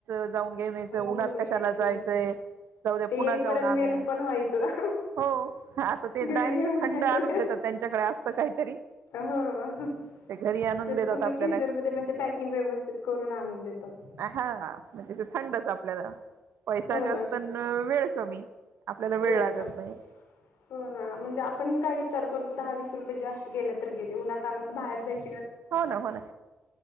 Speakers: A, on the right; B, on the left.
A: जाय जाऊन घेऊन यायचं उन्हात
B: घेऊन
A: कशाला
B: यायचं
A: जायचंय. जाऊद्या
B: ते
A: पुन्हा
B: येईपर्यंत
A: जाऊन आणू
B: मेल्ट पण व्हायचं
A: हो आता ते डायरेक्ट
B: घरी येऊन
A: थंड
B: खाईपर्यंत
A: आणून देतात. त्यांच्याकडे असत काहीतरी.
B: हो
A: ते घरी आणून
B: ते
A: देतात
B: पूर्ण
A: आपल्याला.
B: फ्रीजर मध्ये म्हणजे पॅकिंग व्यवस्थित करून आणून देतात
A: हा. म्हणज ते थंडच आपल्याला पैसा
B: हो
A: जास्त
B: ना
A: वेळ कमी. आपल्याला
B: वेळ
A: लागत
B: कामी.
A: नाही
B: हो म्हणजे आपण ह काही चार करतो दहा वीस रुपये जास्त गेले तर गेले उन्हातानाच बाहेर जायच
A: हो ना हो ना